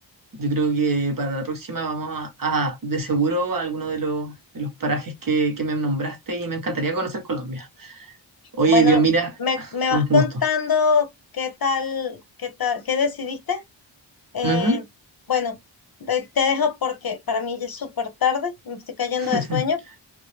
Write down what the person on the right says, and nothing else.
yo creo que para la próxima vamos a, a, de seguro a alguno de los, de los parajes que, que me nombraste y me encantaría conocer Colombia. Oye,
Dios, mira,
<laughs>
fue
un gusto.
Ujú.
<laughs>